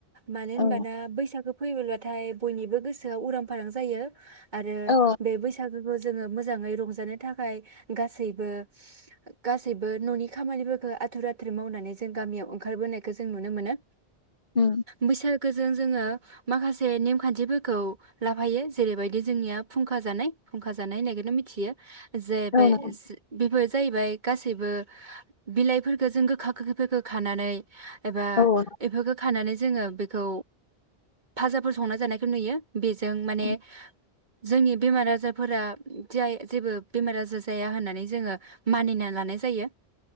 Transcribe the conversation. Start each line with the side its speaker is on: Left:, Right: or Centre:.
Right: मानो होनबाना
Left: औ
Right: बैसागो फैयोब्लाथाय बयनिबो गोसोआ उरां फारां जायो आरो
Left: औ
Right: बे बैसागोखौ जोङो मोजाङै रंजानो थाखाय गासैबो गासैबो न'नि खामानिफोरखौ आथुर आथुर मावनानै जों गामियाव ओंखारबोनायखौ जों नुनो मोनो
Left: उम
Right: बैसाग लोगोजों जोङो माखासे नेमखान्थिफोरखौ लाफायो जेरैबायदि जोंनिया फुंखा जानाय फुंखा जानाय होननायखौनो मिथियो जे
Left: औ
Right: <unintelligible> जाहैबाय
Left: नोंथां
Right: गासैबो बिलायफोरखोजों गोखा गोखैफोरखौ खानानै एबा
Left: औ
Right: बेफोरखौ खानानै जोङो बेखौ फाजाफोर संना जानायखौ नुयो बेजों माने
Left: औ
Right: जोंनि बेमार आजारफोरा जाय जेबो बेमार आजार जाया होनानै जोङो मानिना लानाय जायो।